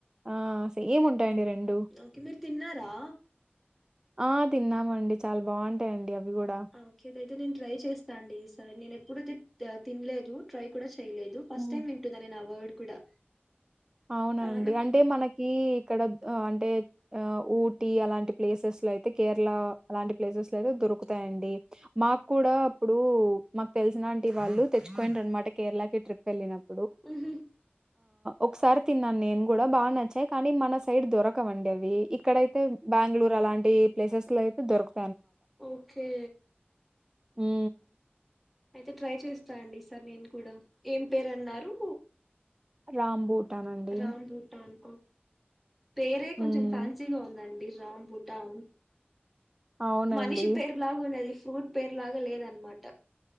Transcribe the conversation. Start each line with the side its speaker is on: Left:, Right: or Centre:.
Right: ఆ సేమ్ ఉంటాయండి రెండు
Centre: ఓకే మీరు తిన్నారా
Right: ఆ తిన్నామండి చాలా బాగుంటాయండి అవి కూడా
Centre: ఓకే అయితే నేను ట్రై చేస్తా అండి ఈసారి నేను ఎప్పుడు తినలేదు ట్రై కూడా చెయ్యలేదు చేయలేదు ఫస్ట్
Right: హ్మ్.
Centre: టైమ్ వింటున్నా నేను ఆ వర్డ్ కూడా
Right: అవునండి
Centre: ఆ నాకు-
Right: అంటే మనకి ఇక్కడ అంటే ఆ ఊటీ అలాంటి ప్లేసెస్ లో అయితే కేరళ అలాంటి ప్లేసెస్ లో అయితే దొరుకుతాయండి మాకు కూడా అప్పుడు మాకు తెలిసిన ఆంటీ వాళ్ళు తెచ్చుకోయిండ్రు అనమాట కేరళకి ట్రిప్ వెళ్ళినప్పుడు
Centre: హుమ్
Right: ఒకసారి తిన్నాను నేను కూడా బాగా నచ్చాయి కానీ మన సైడ్ దొరకవండి అవి ఇక్కడైతే బెంగళూరు అలాంటి ప్లేసెస్ లో అయితే దొరుకుతుంది
Centre: ఓకే
Right: హు
Centre: అయితే ట్రై చేస్తా అండి ఈసారి నేను కూడా ఏం పేరు అన్నారు
Right: రాంబూటానండి.
Centre: రాంభూటన్ పేరే
Right: హ్మ్.
Centre: కొంచం ఫ్యాన్సీగా ఉందండి రామ్ భుట్టాన్
Right: అవునండి.
Centre: మనిషి పేరు లాగా ఉండది ఫ్రూట్ పేరు లాగా లేదన్నమాట